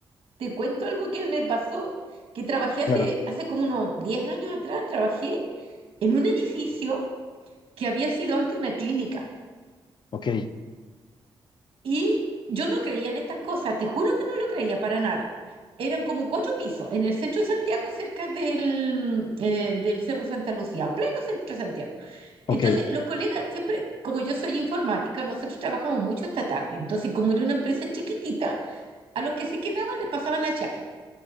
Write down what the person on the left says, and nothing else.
Claro,
ok,
ok,